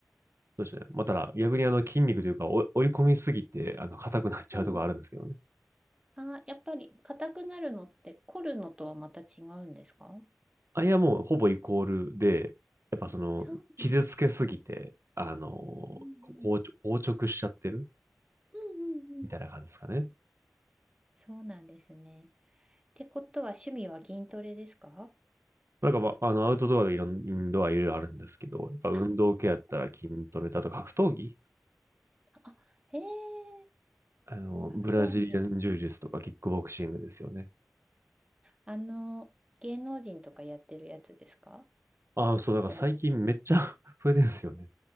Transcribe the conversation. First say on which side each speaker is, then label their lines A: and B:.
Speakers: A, on the right; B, on the right.
A: そうですね。まあ、ただ、逆にあの筋肉というか、追い込みすぎて、あの、硬くなっちゃうところあるんですけどね。
B: うん。あ、やっぱり硬くなるのって凝るのとはまた違うんですか
A: あいや、もうほぼイコールで、やっぱその、
B: そうなん
A: 傷つけすぎて、あの、
B: うん
A: 硬直硬直しちゃってる
B: うんうんうんうん
A: みたいな感じですかね。
B: そうなんですね。ってことは趣味は筋トレですか
A: なんか、まあ、あの、アウトドアがいろん、インドアいろいろあるんですけど、やっぱ運動系やったら筋トレだとか格闘技、
B: あ、あ、そうあへえ、
A: あの、
B: 格闘にや、
A: ブラジリアン柔術とかキックボクシングですよね。
B: あの、芸能人とかやってるやつですか
A: ああ、そう、なんから最近めっちゃ
B: ぐらい。
A: <laughs> 増えてるんですよね。